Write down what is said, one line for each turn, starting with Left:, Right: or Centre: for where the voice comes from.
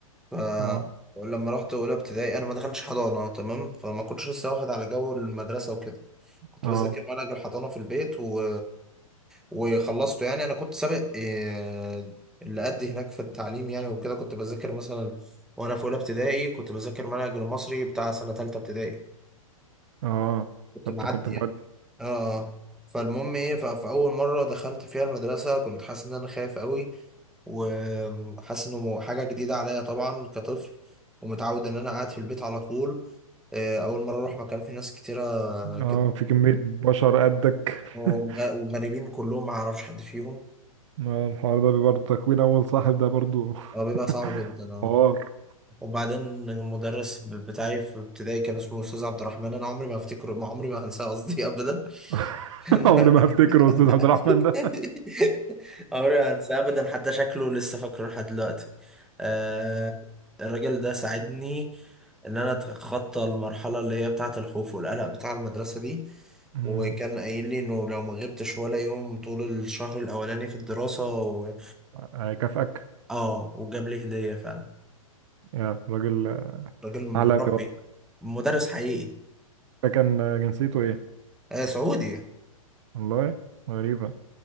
Centre: ف
Right: اه
Centre: ولما رحت أولى ابتدائي أنا ما دخلتش حضانة تمام فما كنتش لسه واخد على جو المدرسة وكده كنت
Right: اه
Centre: بذاكر منهج الحضانة في البيت و... وخلصته يعني أنا كنت سابق آه، اللي قد هناك في التعليم يعني وكده كنت بذاكر مثلا وأنا في أولى ابتدائي كنت بذاكر منهج المصري بتاع سنة تالتة ابتدائي
Right: اه
Centre: كنت
Right: انت
Centre: معدي
Right: كنت مودي
Centre: يعني اه آه. فالمهم ايه ف- فاول مره دخلت فيها المدرسه كنت حاسس ان انا خايف قوي وحاسس انه مو- حاجه جديده عليا طبعا كطفل ومتعود ان انا قاعد في البيت على طول آه، اول مره اروح مكان فيه ناس كتيره كده
Right: اه في كميه بشر قدك
Centre: وغ-
Right: <laughs>
Centre: وغريبين كلهم ما اعرفش حد فيهم
Right: آه، الحوار ده برضه تكوين اول صاحب ده برضه
Centre: اه بيبقى
Right: <laughs>
Centre: صعب جدا اه
Right: حوار
Centre: وبعدين المدرس ب- بتاعي في ابتدائي كان اسمه استاذ عبد الرحمن انا عمري ما افتكره ما عمري ما هنساه قصدي <laughs> ابدا
Right: <laughs>
Centre: <laughs>
Right: عمري ما هفتكره استاذ
Centre: <laughs>
Right: عبد الرحمن ده
Centre: عمري ما هنساه ابدا حتى شكله لسه فاكره لحد دلوقتي آه الراجل ده ساعدني ان انا اتخطى المرحله اللي هي بتاعه الخوف والقلق بتاع المدرسه دي
Right: مم.
Centre: وكان قايل لي انه لو ما غبتش ولا يوم طول الشهر الاولاني في الدراسه و...
Right: هيكافئك
Centre: اه وجاب لي هديه فعلا
Right: يا راجل
Centre: راجل مربي
Right: عالمي والله.
Centre: مدرس حقيقي
Right: ده كان جنسيته ايه
Centre: آه سعودي اها
Right: والله غريبة